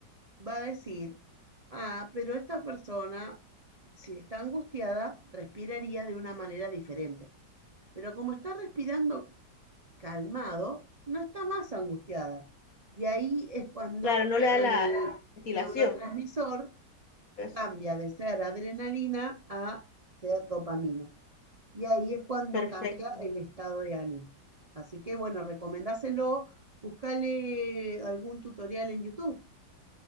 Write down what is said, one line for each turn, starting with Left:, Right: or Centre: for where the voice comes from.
Right: va a decir, ah, pero esta persona, si está angustiada, respiraría de una manera diferente. Pero como está respirando calmado, no está más angustiada. Y ahí es cuando
Left: Claro, no le da
Right: el
Left: la ventilación.
Right: neurotransmisor
Left: pues,
Right: cambia de ser adrenalina a ser dopamina. Y ahí es cuando
Left: Perfecto.
Right: cambia el estado de ánimo. Así que bueno, recomendáselo, búscale algún tutorial en YouTube.